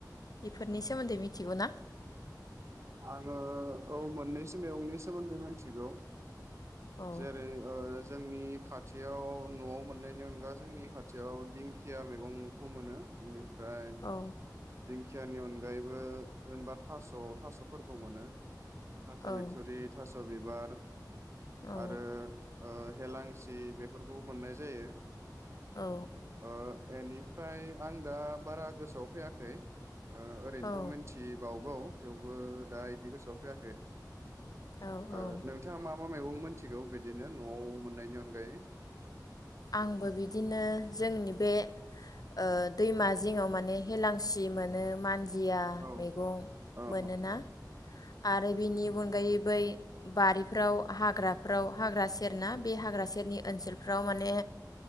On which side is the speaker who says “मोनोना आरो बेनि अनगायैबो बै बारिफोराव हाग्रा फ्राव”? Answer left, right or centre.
Left